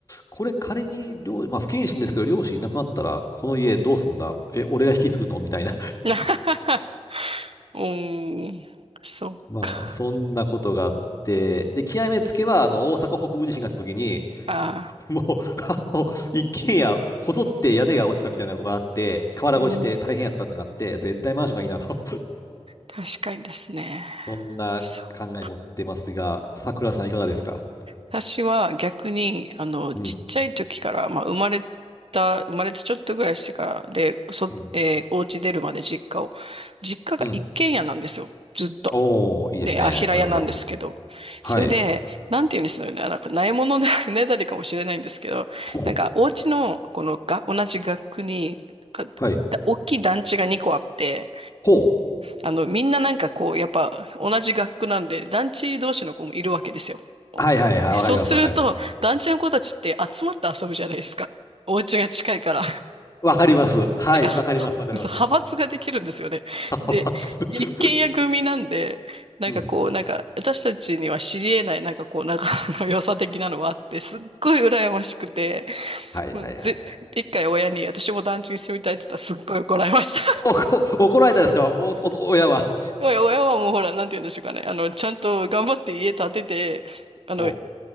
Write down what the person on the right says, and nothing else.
<laughs> おー、<laughs> そっか。
あ
ーうん
確かにですね。
そう。
私は逆に、あの、
ちっちゃい時から、まあ、生まれた、生まれてちょっとぐらいしてから、で、そ、
えー、お家出るまで実家を、実家が一軒家なんですよ。
ずっと。
で、あ、平屋なんですけど。
それで、なんて言うんですよね。なんか、ないもので <laughs> ねだりかもしれないんですけど、
なんか、お家の、このが、同じ学区に、か
大きい団地が2個あって、、
あの、みんななんかこう、やっぱ同じ学区なんで、団地同士の子もいるわけですよ。
で、そうすると、
団地の子たちって集まって遊ぶじゃないですか。お家が近いから。
なんか、
はそう派閥ができるんですよね。
で、
一軒家組なんで、なんかこう、
なんか、私たちには知り得ない、なんかこう、仲の良さ的なのがあって、すっごい羨ましくて、
もうぜ、一回親に私も団地に住みたいって言ったらすっごい怒られました。
親親はもうほら、なんて言うんでしょうかね。あの、ちゃんと頑張って家建てて、あの、